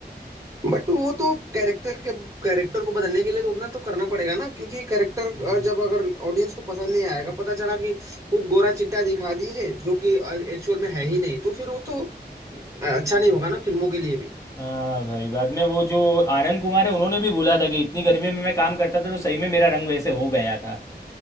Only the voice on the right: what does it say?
बट वो तो कैरेक्टर के कैरेक्टर को बदलने के लिए तो उतना तो करना पड़ेगा ना क्योंकि कैरेक्टर
जब अगर ऑडियंस को पसंद नहीं आएगा पता चला कि खूब गोरा चिट्टा दिखा दिए जो कि एक्चुअल में है ही नहीं तो फिर वो तो अ,
अच्छा नहीं होगा ना फिल्मों के लिए भी